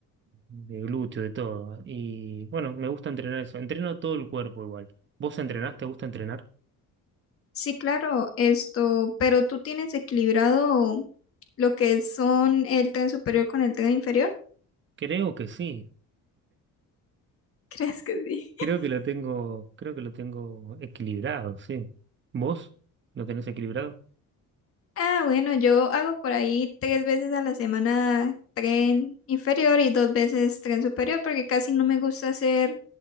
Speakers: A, on the right; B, on the left.
A: de glúteo, de todo. Y bueno, me gusta entrenar eso. Entreno todo el cuerpo igual. ¿Vos entrenás? ¿Te gusta entrenar?
B: Sí, claro, esto, pero tú tienes equilibrado lo que son el tren superior con el tren inferior.
A: Creo que sí.
B: <laughs> ¿Crees que sí?
A: Creo que lo tengo, creo que lo tengo equilibrado, sí. ¿Vos lo tenés equilibrado?
B: Ah, bueno, yo hago por ahí tres veces a la semana tren inferior y dos veces tren superior porque casi no me gusta hacer